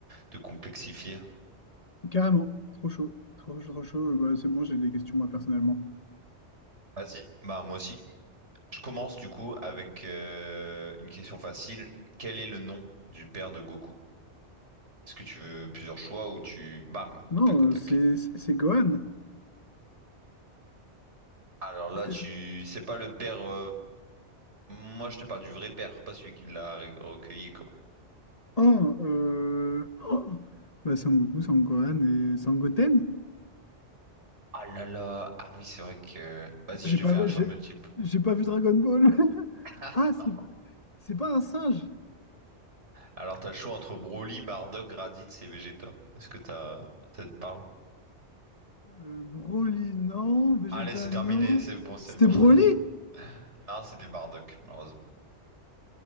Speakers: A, on the right; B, on the left.
A: de complexifier.
B: Carrément, trop chaud, trop chaud, trop chaud. Bah, c'est bon, j'ai des questions moi personnellement.
A: Vas-y. Bah moi aussi. Je commence du coup avec euh, une question facile. Quel est le nom du père de Goku? Est-ce que tu veux plusieurs choix ou tu bam,
B: Non,
A: tac au tac?
B: euh, c'est c'est c'est Gohan.
A: Alors là,
B: Est-ce que
A: tu,
B: c'est...
A: c'est pas le père. euh, Moi, je te parle du vrai père, pas celui qui l'a re- recueilli, quoi.
B: Oh, euh... oh bah, Sangoku, Sangohan et Sangoten?
A: Ah là là, ah oui, c'est vrai que. Vas-y,
B: J'ai
A: je te
B: pas
A: fais
B: vu,
A: un choix
B: j'ai
A: multiple.
B: j'ai pas vu Dragon Ball. <laughs>
A: <laughs>
B: Ah,
A: Non.
B: c'est c'est pas un singe.
A: Alors, t'as le choix entre Broly, Bardock, Raditz et Vegeta. Est-ce que t'as, ça te parle?
B: Euh, Broly, non. Vegeta,
A: Allez, c'est terminé,
B: non.
A: c'est bon, c'est
B: C'était
A: mort.
B: Broly?
A: <laughs> Non, c'était Bardock, malheureusement.